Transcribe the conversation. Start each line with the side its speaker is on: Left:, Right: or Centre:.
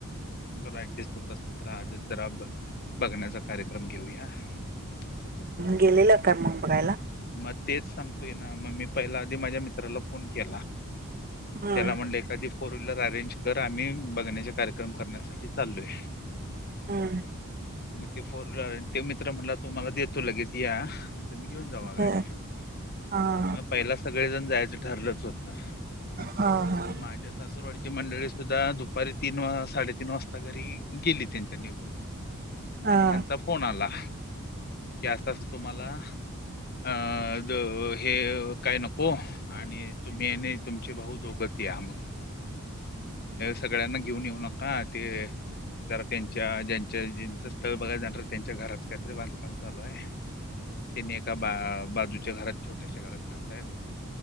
Left: जरा ऍडजस्ट होत असतील तर, आजच जरा ब बघण्याचा कार्यक्रम घेऊया. हम्म असं तसं,
Right: गेलेला का मग बघायला
Left: म तेच सांगतोय ना म मी पहिला आधी माझ्या मित्राला फोन केला.
Right: हम्म
Left: त्याला म्हणले एक त्या‌ आधी फोर व्हीलर अरेंज कर, आम्ही बघण्याचे कार्यक्रम करण्यासाठी चालोय.
Right: हम्म.
Left: म ते फोर ड्रायव्हर ते मित्र म्हणला तूम्हांला देतो लगेच या. आणि तुम्ही घेऊन जावा गाडी,
Right: बर हा हा
Left: म पहिला सगळेजण जायचं ठरलंच होतं.
Right: हा हा.
Left: मग माझ्या सासूरवाडीची मंडळी सुद्धा दुपारी तीन वा साडे तीन वाजता घरी गेली त्यांच्या निघून
Right: हा
Left: आणि ह्यांचा फोन आला. कि असं असं तुम्हाला अ ज हे काय नको आणि तुम्ही आणि तुमचे भाऊ दोघंचं या मग. सगळ्यांना घेऊन येऊ नका ते जरा त्यांच्या, ज्यांच्या ज्यांचं स्थळ बघायला जाणार त्यांच्या घराच काहीतरी बांधकाम चालू हाय.
Right: <inaudible>
Left: त्यांनी एका बा बाजूच्या घरात छोट्याशा घरात राहतायत